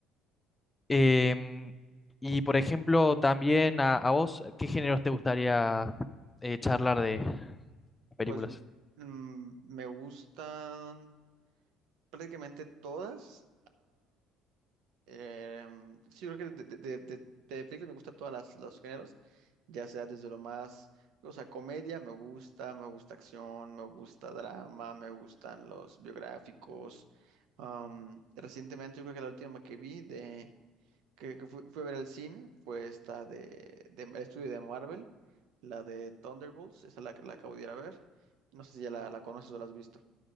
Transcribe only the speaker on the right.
Pues mm, me gustan prácticamente todas. Em, sí, creo que de, de, de, de- de películas me gustan todas las, los géneros, ya sea desde lo más, o sea, comedia me gusta, me gusta acción, me gusta drama, me gustan los biográficos. Am, recientemente yo creo que la última que vi de que, que fui, fui a ver al cine fue esta de, de el estudio de Marvel, la de Thunderbolts, esa la, la acabo de ir a ver. No sé si ya la, la conoces o la has visto.